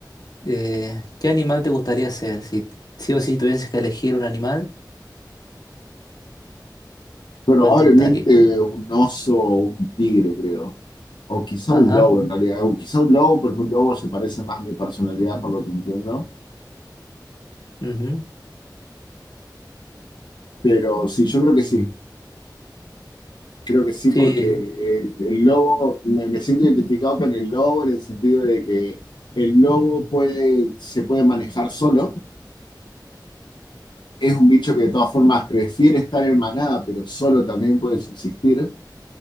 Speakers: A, on the left (about 60°); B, on the left (about 85°).
A: Eh, ¿qué animal te gustaría ser? Si sí o sí tuvieses que elegir un animal,
B: Probablemente
A: ¿cuál te gustaría?
B: un oso o un tigre, creo. O quizá
A: Ajá.
B: un lobo, en realidad. O quizá un lobo, porque un lobo se parece más a mi personalidad, por lo que entiendo.
A: ujú,
B: Pero sí, yo creo que sí. Creo que sí,
A: Sí.
B: porque el, el lobo, me, me siento identificado con el lobo en el sentido de que el lobo puede, se puede manejar solo. es un bicho que de todas formas prefiere estar en manada, pero solo también puede subsistir,